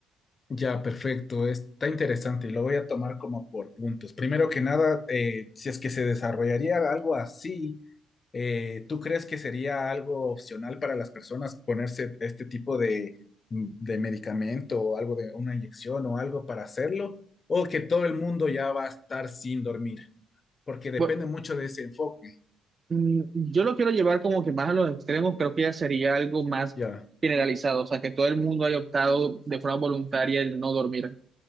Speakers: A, on the left (about 35°); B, on the right (about 35°).
A: Ya, perfecto. Está interesante. y Lo voy a tomar como por puntos. Primero que nada, eh, si es que se desarrollaría algo así, eh, ¿tú crees que sería algo opcional para las personas ponerse este tipo de, de medicamento o algo de una inyección o algo para hacerlo? ¿O que todo el mundo ya va a estar sin dormir? Porque depende
B: Bueno,
A: mucho de ese enfoque.
B: mm, yo lo quiero llevar como que más a los extremos, creo que ya sería algo más
A: Ya.
B: generalizado, o sea, que todo el mundo haya optado de forma voluntaria el no dormir.